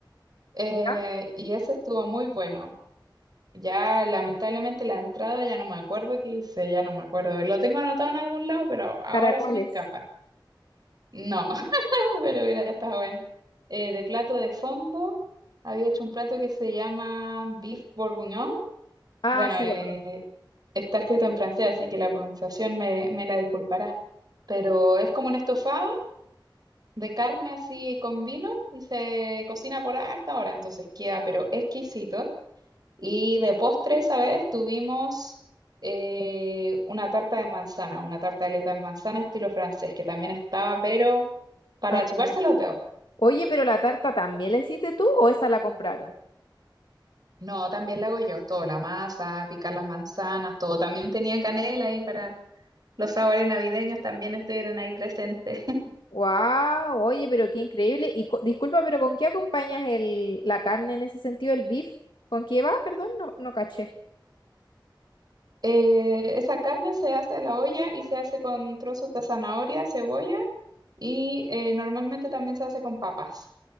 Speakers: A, on the right; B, on the left.
A: eh,
B: ¿Ya?
A: y ese estuvo muy bueno. Ya lamentablemente la entrada ya no me acuerdo qué hice, ya no me acuerdo. Lo tengo anotado en algún lado, pero ahora
B: Caracoles.
A: se me escapa. No. <laughs> pero hubiera estado bueno. Eh, de plato de fondo, había hecho un plato que se llama beef bourguignon.
B: Ah,
A: Bueno,
B: sí,
A: eh,
B: lo conozco.
A: está escrito en francés, así que la pronunciación me, me la disculpará. Pero es como un estofado de carne así con vino y se cocina por harta hora, entonces queda pero exquisito. Y de postre esa vez tuvimos eh, una tarta de manzana, una tartaleta de manzana estilo francés, que también estaba pero para
B: Maravilla.
A: chuparse los dedos.
B: Oye, pero la tarta también la hiciste tú o esa la compraron?
A: No, también la hago yo, todo, la masa, picar las manzanas, todo. También tenía canela ahí para los sabores navideños, también estuvieron ahí presentes. <laughs>
B: Wow, oye, pero qué increíble. Y co- disculpa, pero ¿con qué acompañas el, la carne en ese sentido, el beef? ¿Con qué va? Perdón, no, no caché.
A: Eh, esa carne se hace a la olla y se hace con trozos de zanahoria, cebolla y eh, normalmente también se hace con papas,